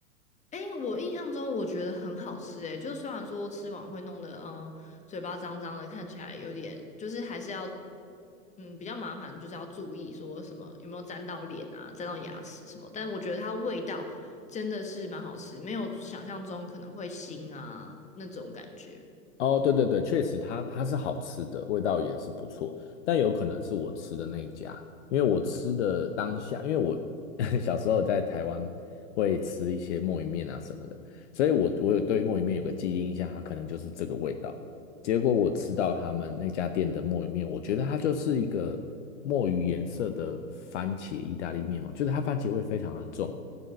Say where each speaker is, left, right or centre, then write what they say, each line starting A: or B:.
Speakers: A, on the left; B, on the left.
A: 诶，我印象中我觉得很好吃诶，就虽然说吃完会弄得嗯嘴巴脏脏的，看起来有点就是还是要嗯比较麻烦，就是要注意说什么有没有沾到脸啊、沾到牙齿什么，但我觉得它味道真的是蛮好吃，没有想象中可能会腥啊那种感觉。
B: 哦，对对对，确实它它是好吃的，味道也是不错，但有可能是我吃的那一家，因为我吃的当下，因为我 <laughs> 小时候在台湾会吃一些墨鱼面啊什么的，所以我我有对墨鱼面有个记忆印象，它可能就是这个味道。结果我吃到他们那家店的墨鱼面，我觉得它就是一个墨鱼颜色的番茄意大利面嘛，就是它番茄味非常的重，